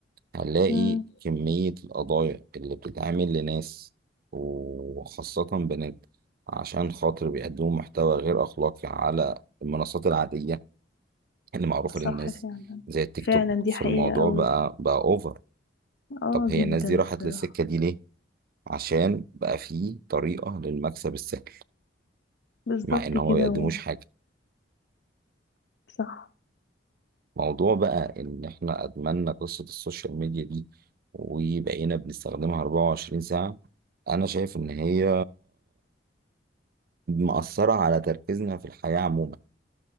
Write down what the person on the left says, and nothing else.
مم.
صح
فعلا
فعلا
دي
حقيقة قوي
اه
جدا
بصراحة
بالظبط
كده
و...
صح